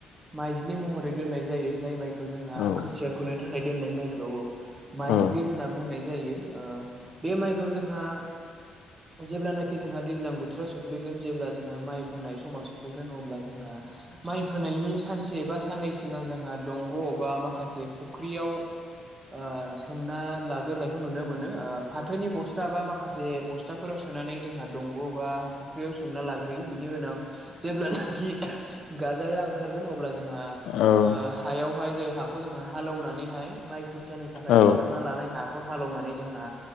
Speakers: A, on the right; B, on the left.
A: माइज्लि महरै दोननाय जायो जाय माइ खो जोंहा
B: औ
A: खोथिया फोनो थाखाय दोननाय माइखौ माइज्लि
B: औ औ
A: होनना बुंनाय जायो। ओ बे माइखौ जोंहा जेब्लानाखि जोंहा दैज्लां बोथोराव सफ्लैगोन जेब्ला जोंहा माइ फोनाय समाव सफैगोन अब्ला जोंहा माइ फोनायनि सानसे एबा साननै सिगां जोंहा दंग' बा माखासे फख्रियाव ओ सोमना लागोरनायखौ नुनो मोनो ओ फाथोनि बस्था बा माखासे बस्थाफोराव सोनानै जोंहा दंग' बा फख्रियाव सोमना लाग्रोयो। बिनि उनाव जेब्लानाखि गाजाया ओंखारगोन अब्ला जोंहा
B: औ
A: ओ हायावहाय जाय हाखौ जोंओ हालौनानैहाय माइ खोथियानि थाखाय
B: औ
A: फोसाबना लानाय हाखौ हालौनानै जोंहा